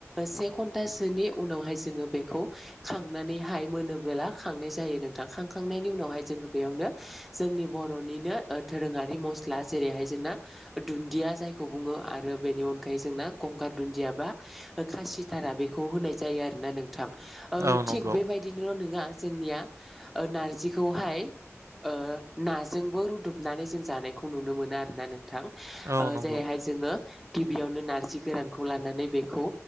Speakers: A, in the centre; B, on the right.
A: से घन्टासोनि उनावहाय जोङो बेखौ खांनानैहाय मोन खांनाय जायो नोंथां खांखांनायनि उनावहाय जोङो बेयावनो जोंनि बर'निनो दोरों आरि मस स्ला जेरैहाय जोंना दुन्दिया जायखौ बुङो आरो बेनि अनगायै जोंना गंगार दुन्दिया बा खासिथारा बेखौ होनाय जायो आरोना नोंथां ओ
B: औ नंगौ
A: थिग बेबायदिनोल' नङा जोंनिया ओ नारजिखौहाय ओ नाजोंबो रुदुबनानै जों जानाय खौ नुनो मोनो आरोना नोंथां ओ
B: औ नंगौ
A: जेरैहाय जोङो गिबियावनो नारजि गोरानखौ लानानै बेखौ